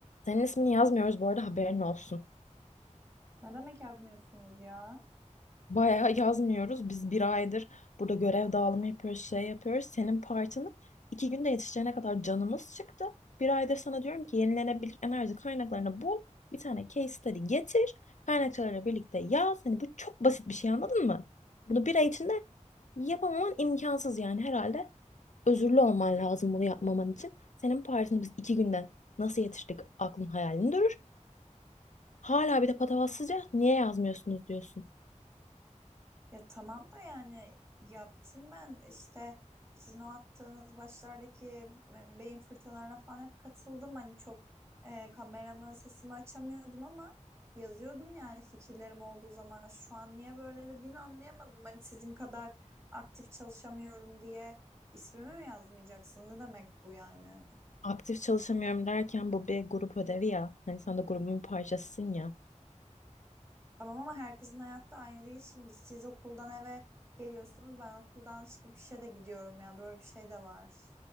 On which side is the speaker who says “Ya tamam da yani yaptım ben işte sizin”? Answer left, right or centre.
Right